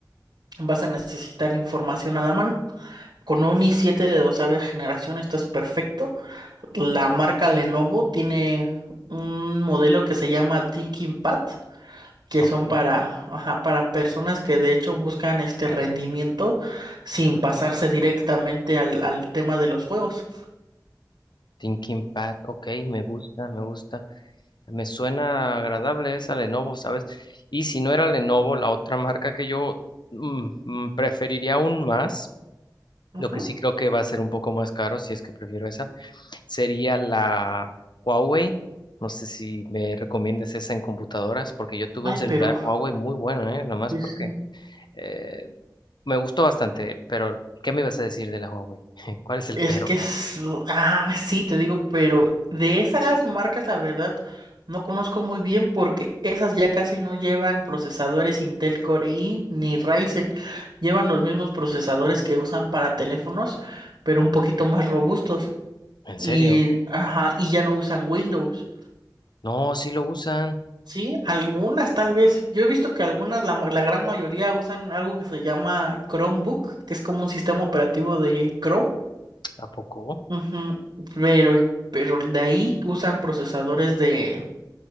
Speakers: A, on the right; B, on the left.
A: Vas a necesitar información a la mano. Con un i7 de doceava generación estás perfecto. La marca Lenovo tiene un modelo que se llama ThinkPad, que
B: Ok,
A: son para, ajá, para personas que de hecho buscan este rendimiento sin pasarse directamente al, al tema de los juegos.
B: Thinking Pad, ok, me gusta, me gusta. Me suena agradable esa Lenovo, ¿sabes? Y si no era Lenovo, la otra marca que yo mm, mm, preferiría aún más,
A: Ujú.
B: lo que sí creo que va a ser un poco más caro, si es que prefiero esa sería la Huawei. No sé si me recomiendas esa en computadoras, porque yo tuve
A: Ay,
B: un celular
A: pero
B: Huawei muy bueno, ¿eh? Nomás
A: sí,
B: porque
A: sí.
B: eh, me gustó bastante, pero ¿qué me ibas a decir de la Huawei? <laughs> ¿Cuál es el
A: Es
B: pero?
A: que es... Ah, sí, te digo, pero de esas marcas, la verdad, no conozco muy bien porque esas ya casi no llevan procesadores Intel Core i ni Ryzen. Llevan los mismos procesadores que usan para teléfonos, pero un poquito más robustos.
B: ¿En
A: Y,
B: serio?
A: ajá, y ya no usan Windows.
B: No, sí lo usan.
A: Sí, algunas tal vez. Yo he visto que algunas, la, ma- la gran mayoría usan algo que se llama Chromebook, que es como un sistema operativo de Chrome.
B: ¿A poco?
A: Ujú, Pero, pero de ahí usan procesadores de,